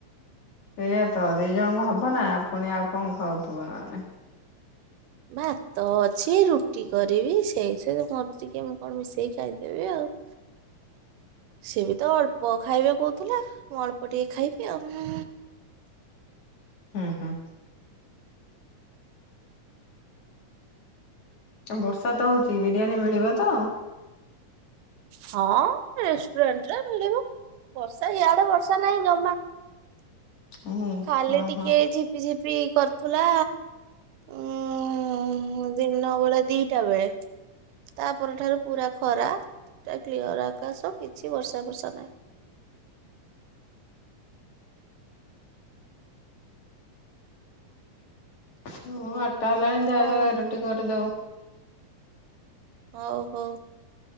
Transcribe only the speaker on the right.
ଭାତ ଅଛି ରୁଟି କରିବି ସେଇ ସେ ମର ଟିକେ ମୁଁ କଣ ମିଶେଇ ଖାଇଦେବି ଆଉ।
ସେ ବି ତ ଅଳ୍ପ ଖାଇବେ କହୁଥିଲା ମୁଁ ଅଳ୍ପ ଟିକେ ଖାଇବି ଆଉ।
ହଁ ରେଷ୍ଟୁରାଣ୍ଟ ରେ ମିଳିବ ବର୍ଷା ଇଆଡେ ବର୍ଷା ନାହିଁ ଜମା।
ଖାଲି
ଟିକେ ଝିପିଝିପି କରୁଥିଲା ଉଁ। ଦିନ ବେଳେ ଦିଟା ବେଳେ। ତା ପରଠାରୁ ପୁରା ଖରା କ୍ଲିୟର ଆକାଶ କିଛି ବର୍ଷା ଫର୍ଷା ନାହିଁ।
ହଉ
ହଉ ହଉ।